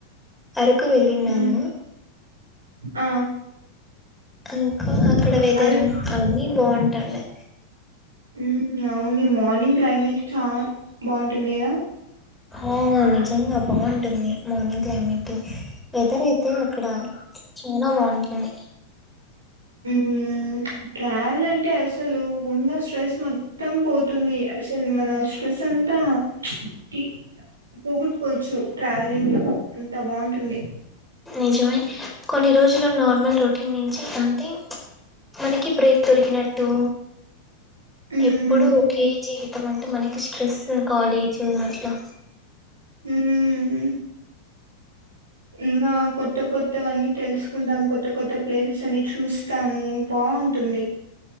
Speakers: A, in the centre; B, on the right.
A: అరకు వెళ్ళిన్నాను
B: హ్మ్ ఆ
A: ఇంకా అక్కడ వెదరు
B: అదే
A: అవన్నీ బాగుంటాలే
B: మ్మ్ నావ్ నీ మార్నింగ్ క్లైమేట్ చా బాగుంటుంది కదా
A: ఆ నిజంగా బాగుంటుంది మార్నింగ్ క్లైమేట్ వెదర్ అయితే అక్కడ చ చాలా బాగుంటాయి
B: మ్మ్ ట్రావెల్ అంటే అసలు ఉన్న స్ట్రెస్ మొత్తం పోతుంది అసలు మన స్ ప్రసంత టి పోొగొట్టుకోవచ్చు ట్రావెలింగ్ లో అంత బాగుంటుంది
A: నిజమే కొన్ని రోజులు నార్మల్ రొటీన్ నుంచి అంటే మనకి బ్రేక్ దొరికినట్టు
B: హ్మ్
A: ఎప్పుడు ఓకే జీవిత్ అంటే మనకి స్ట్రెస్ కాలేజ్ అట్లా
B: మ్మ్ ఇరాకు కొత్త కొత్తవన్నీ తెలుసుకుంటాం కొత్ కొత్త కొత్త ప్లేసెస్ అన్ని చూస్తాము బాగుంటుంది